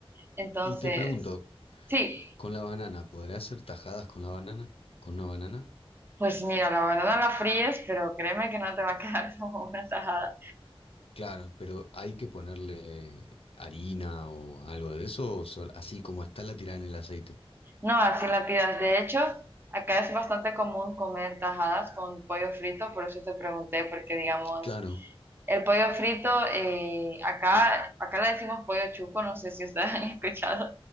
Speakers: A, on the right; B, on the left.
A: Entonces,
B: Y te pregunto,
A: sí,
B: ¿con la banana, podrás hacer tajadas con la banana? ¿Con una banana?
A: pues mira, la banana la fríes, pero créeme que no te va a <laughs> quedar como una tajada.
B: Claro, pero hay que ponerle harina o algo de eso, o sol- así como está la tirada en el aceite.
A: No, así la tiras. De hecho, acá es bastante común comer tajadas con pollo frito, por eso te pregunté, porque digamos...
B: Claro,
A: El pollo frito, eh, acá, acá le decimos pollo chuco, no sé si ustedes <laughs> han escuchado.